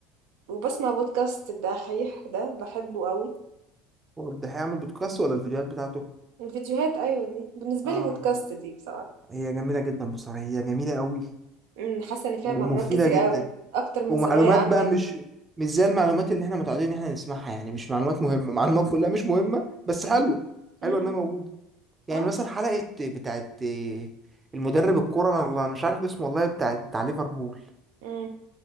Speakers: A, on the right; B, on the right.
A: وبسمع بودكاست الدحيح ده بحبه قوي
B: هو ده هيعمل بودكاست ولا الفيديوهات بتاعته
A: الفيديوهات ايوه دي بالنسبه
B: اه
A: لي بودكاست دي بصراحه
B: هي جميله جدا بصراحه هي جميله قوي
A: امم حاسه ان فيها
B: ومفيده
A: معلومات كتير
B: جدا
A: قوي اكتر من
B: ومعلومات
A: ثانويه عامه
B: بقى مش مش زي المعلومات اللي احنا متعودين ان احنا نسمعها يعني مش معلومات مهمة معلومات كلها مش مهمة بس حلوة حلوة
A: امم
B: انها موجودة يعني
A: اه
B: مثلا حلقة بتاعت المدرب الكورة انا والله مش عارف اسمه والله بتاع بتاع ليفربول
A: امم